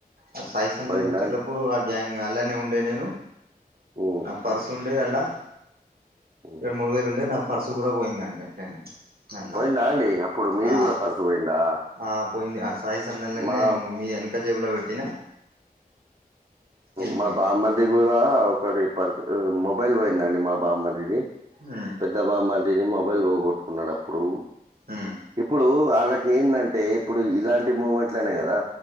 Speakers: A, on the right; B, on the right.
A: ఆ సాయి సందాలు
B: పోయిందా
A: వచ్చేటప్పుడు
B: అండి?
A: ఆ గ్యాంగ్ అలానే ఉన్ డే నేను
B: హ్మ్.
A: నా పర్స్ ఉండే అల్లా
B: హ్మ్.
A: రెండు మూడు వేలు ఉండే నా పరుసు కూడా పోయిందండి అట్లనే అట్లా
B: పోయిందా అండి అప్పుడు మీది
A: ఆ
B: కూడా పర్సు పోయిందా
A: ఆ పోయింది ఆ సాయి సందల్లనే
B: మా
A: మీ వెనక జేబుల పెట్టినా వెళ్ళిపోయింది
B: మా బామ్మర్ద్ ది కూడా ఒకరి పర్ మొబైల్ పోయిందండి మా బామ్మర్దిది
A: హు
B: పెద్ద బామ్మర్దిది మొబైల్ పోగొట్టుకున్నాడు అప్పుడు
A: హ్మ్
B: ఇప్పుడు వాళ్ళకి ఎందంటే ఇప్పుడు ఇలాంటి మూమెంట్లనే కదా